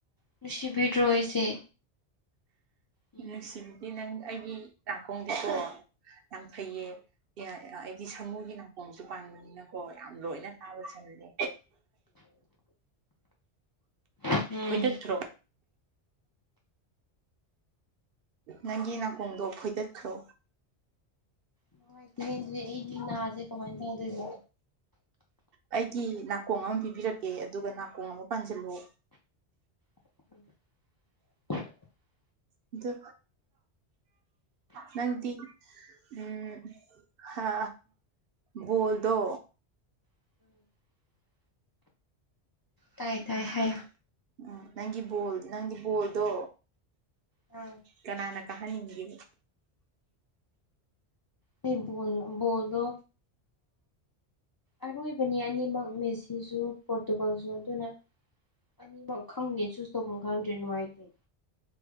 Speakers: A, on the left; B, on the right.
A: ꯅꯨꯡꯁꯤꯕꯤꯗ꯭ꯔꯣ ꯑꯩꯁꯦ ꯎꯝ
B: ꯅꯨꯡꯁꯤꯕꯤꯗꯤ ꯅꯪ ꯑꯩꯒꯤ ꯅꯥꯀꯣꯡꯗꯨ ꯁ ꯌꯥꯝ ꯐꯩꯌꯦ ꯍꯥꯏꯗꯤ ꯁꯃꯨꯒꯤ ꯅꯥꯀꯣꯡꯁꯨ ꯄꯥꯟꯕꯅꯤꯅꯀꯣ ꯌꯥꯝ ꯂꯣꯏꯅ ꯇꯥꯕ ꯆꯜꯂꯦ
A: ꯎꯝ
B: ꯐꯣꯏꯗꯠꯇ꯭ꯔꯣ ꯅꯪꯒꯤ ꯅꯥꯀꯣꯡꯗꯣ ꯐꯣꯏꯗꯠꯈ꯭ꯔꯣ
A: ꯅꯨꯡꯉꯥꯢꯇꯦꯍꯦ ꯑꯩꯗꯤ ꯅꯥꯁꯦ ꯀꯃꯥꯏꯅ ꯇꯧꯗꯣꯏꯕ
B: ꯑꯩꯒꯤ ꯅꯥꯀꯣꯡ ꯑꯃ ꯄꯤꯕꯤꯔꯛꯀꯦ ꯑꯗꯨꯒ ꯅꯥꯀꯣꯡ ꯑꯃ ꯄꯥꯟꯁꯤꯜꯂꯣ
A: <inaudible>
B: ꯑꯗꯨ ꯅꯪꯗꯤ ꯎꯝ ꯍ ꯕꯣꯜꯗꯣ
A: <inaudible> ꯇꯥꯏ ꯇꯥꯏ ꯍꯥꯏꯌꯣ
B: ꯎꯝ ꯅꯪꯒꯤ ꯕꯣꯜ ꯅꯪꯒꯤ ꯕꯣꯜꯗꯣ
A: ꯎꯝ
B: ꯀꯅꯥꯅ ꯀꯥꯍꯟꯅꯤꯡꯒꯦ
A: ꯑꯩ ꯕꯣꯜ ꯕꯣꯜꯗꯣ ꯑꯔꯣꯏꯕꯅꯤ ꯑꯅꯤꯃꯛ ꯃꯦꯁꯤꯁꯨ ꯄꯣꯔꯇꯨꯒꯜꯁꯨ ꯑꯗꯨꯅ ꯑꯅꯤꯃꯛ ꯈꯪꯗꯦ ꯆꯨꯁ ꯇꯧꯐꯝ ꯈꯪꯗ꯭ꯔꯦ ꯅꯨꯡꯉꯥꯏꯇꯦ